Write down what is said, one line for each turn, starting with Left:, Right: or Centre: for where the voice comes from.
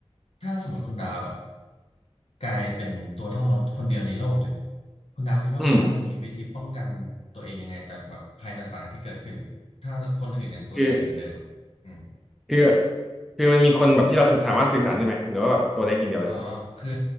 Left: ถ้าสมมติคุณดาบอะกลายเป็นตัวเท่ามดคนเดียวในโลกเลยคุณดาบคิดว่าคุณดาบจะมีวิธีป้องกันตัวเองยังไงจากแบบภัยต่างๆที่เกิดขึ้นถ้าคนอื่นยังตัวใหญ่เหมือนเดิมอ่ะอืม
Centre: อืมคือคือคือมันมีคนแบบที่เราสื่อสามารถสื่อสารได้ไหมหรือว่าแบบตัวเล็กอย่างเดียวเลย
Left: อ๋อคือ